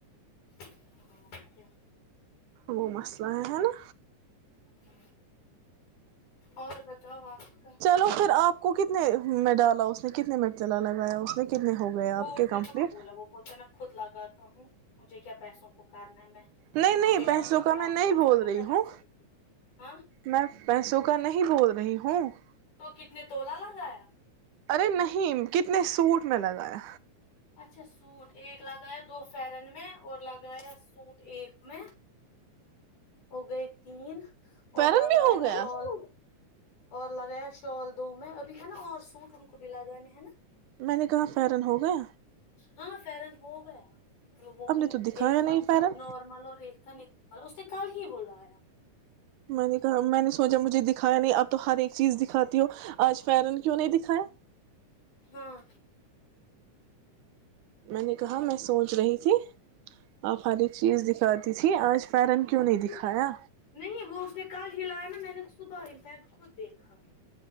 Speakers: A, on the left; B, on the right.
A: ہ ا کیا <inaudible>
B: وہ مسئلہ ہے ہے نا
A: ہ اور بتاؤ آپ کا
B: چلو پھر آپ کو کتنا کتنے میں ڈالا اس نے کتنے مرچلا لگایا اس نے کتنے ہو گئے آپ
A: وہ
B: کے
A: اس نے
B: کمپلیٹ
A: کہاں بولا وہ بولتا ہے میں خود لگاتا ہوں مجھے کیا پیسوں کو کرنا ہے میں
B: نہیں نہیں
A: مجھے
B: پیسوں
A: ایسے
B: کا
A: بھی
B: میں
A: آپ
B: نہیں
A: کو لگانا
B: بول رہی
A: تھا
B: ہوں
A: ویسے بھی ہاں
B: میں پیسوں کا نہیں بول رہی ہوں ہےاں
A: تو کتنے تولا لگایا
B: ارے نہیں کتنے سوٹ میں لگایا
A: اچھا سوٹ ایک لگایا دو فرن میں اور لگایا سوٹ ایک میں ہو گئے تین
B: پیرن
A: اور لگایا
B: بھی ہو گیا
A: شال اور لگایا شال دو میں نا اور سٹ ان کو بھی لگانے ہے نا
B: میں نے کہاں فرن ہو گیا
A: ہاں فرن ہو گیا وہ
B: اب نے تو دکھایا
A: ایک تھا
B: نہیں فیرن
A: نارمل اور ایک تھا ن اور اس نے کل ہی بولا آیا
B: میں نے کہا میں نے سوچا مجھے دکھایا نہیں اب تو ہر ایک چیز دکھاتی ہو آج فرن کیوں نہیں دکھائےائے
A: ہاں
B: میں نے کہا میں سوچ رہی تھی آپ ہر ایک چیز دکھاتی تھی آج فیرن کیوں نہیں
A: ہ
B: دکھایا
A: نہیں وہ اس نے کل ہی لایا نا میں نے صبح انفیکٹ خود دیکھا